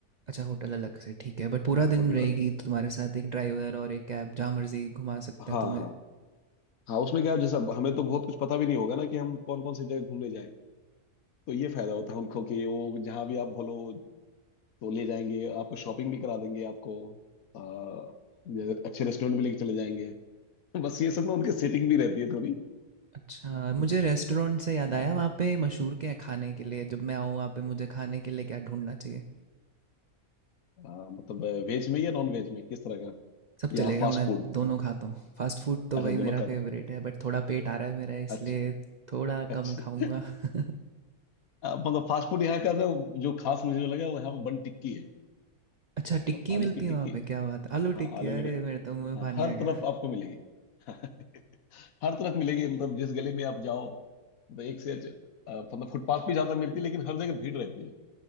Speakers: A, on the right (about 70°); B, on the left (about 70°).
A: अच्छा होटल अलग से ठीक है बट पूरा
B: हाँ
A: दिन
B: होटल
A: रहेगी तो तुम्हारे साथ एक ड्राइवर और एक कैब जहाँ मर्जी घुमा सकता
B: हाँ
A: है तुम्हें
B: हाँ हाँ उसमें क्या है, जैसे अब हमें तो बहुत कुछ पता भी नहीं होगा ना कि हम कौन कौन सी जगह घूमने जाएं तो ये फायदा होता है उनको कि वो जहाँ भी आप बोलो तो ले जाएंगे आपको शॉपिंग भी करा देंगे आपको आ, जैसे अच्छे रेस्टोरेंट भी लेके चले जाएंगे <laughs> बस ये सब ना उनके सेटिंग भी रहती है थोड़ी
A: अच्छा मुझे रेस्टोरेंट से याद
B: हाँ
A: आया वहाँ पे मशहूर क्या है खाने के लिए जब मैं आऊँ वहाँ पे मुझे खाने के लिए क्या ढूंढना चाहिए
B: आ, मतलब वेज में या नॉन वेज में किस तरह का
A: सब
B: या
A: चलेगा
B: फास्ट
A: मैं
B: फूड
A: दोनों खाता हूँ फास्ट फूड तो
B: अच्छा
A: भाई
B: दोनों
A: मेरा
B: खाते
A: फेवरेट
B: हैं
A: है बट थोड़ा पेट आ रहा है मेरा इसलिए
B: अच्छा
A: थोड़ा
B: अच्छा
A: कम खाऊंगा <laughs>
B: <laughs> आ, मतलब फास्ट फूड यहाँ का ना जो खास मुझे जो लगा वो यहाँ पे बन टिक्की है
A: अच्छा
B: मतलब
A: टिक्की
B: आलू
A: मिलती
B: की
A: है
B: टिक्की
A: वहाँ पे क्या बात है आलू
B: हाँ
A: टिक्की
B: आलू
A: अरे
B: की
A: मेरे तो मुंह में
B: हाँ
A: पानी
B: हर
A: आ गया
B: तरफ आपको मिलेगी <laughs> हर तरफ मिलेगी मतलब जिस गली में आप जाओ मतलब एक से अच्छे- अ, मतलब फुटपाथ भी ज्यादा मिलती है लेकिन हर जगह भीड़ रहती है